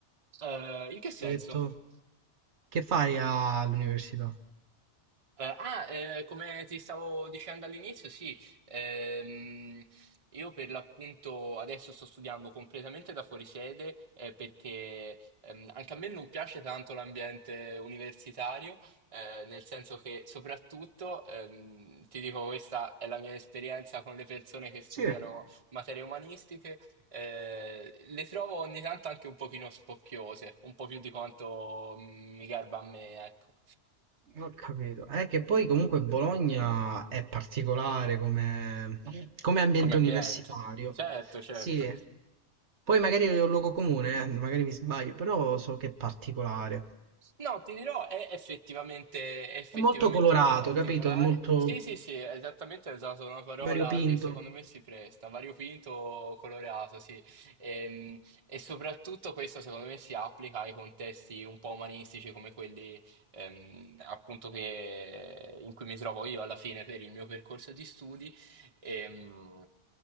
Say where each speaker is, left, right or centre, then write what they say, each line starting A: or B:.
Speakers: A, on the right; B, on the right.
A: eh, in che senso?
B: Mi hai detto che fai all'università?
A: Eh, ah, eh, come ti stavo dicendo all'inizio, sì, ehm, io per l'appunto adesso sto studiando completamente da fuori sede eh, perché ehm, anche a me non piace tanto l'ambiente universitario, eh, nel senso che soprattutto, ehm, ti dico, questa è la mia esperienza con le persone che studiano
B: Sì.
A: materie umanistiche, eh, le trovo ogni tanto anche un pochino spocchiose, un po' più di quanto mm, mi garba a me, ecco.
B: Ho capito. È che poi comunque Bologna è particolare come, come ambiente
A: Come ambiente.
B: universitario.
A: Certo, certo.
B: Sì. Poi magari è un luogo comune, eh, magari mi sbaglio, però so che è particolare.
A: No, ti dirò, è effettivamente, è effettivamente
B: È molto colorato,
A: un po' particolare.
B: capito? È molto
A: Sì, sì, sì, esattamente, hai usato una parola
B: variopinto.
A: che secondo me si presta, variopinto, colorato, sì. Ehm, E, soprattutto questo secondo me si applica ai contesti un po' umanistici come quelli ehm, appunto che, in cui mi trovo io alla fine per il mio percorso di studi. Ehm,